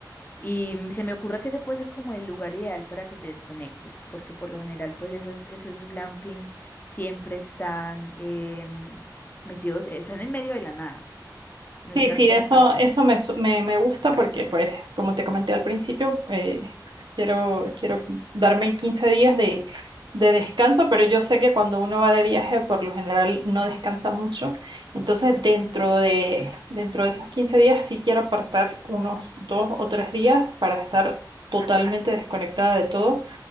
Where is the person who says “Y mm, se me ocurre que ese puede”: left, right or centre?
Left